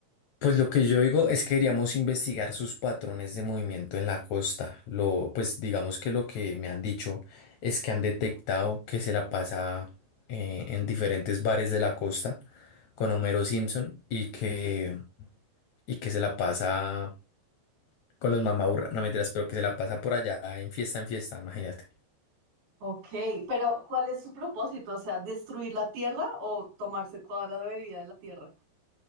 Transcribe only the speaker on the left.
Pues lo que yo digo es que deberíamos investigar sus patrones de movimiento en la costa. Lo, pues digamos que lo que me han dicho es que han detectado que se la pasa eh, en diferentes bares de la costa con Homero Simpson y que, y que se la pasa con los mamaburra. No mentiras, pero que se la pasa por allá en fiesta en fiesta, imagínate.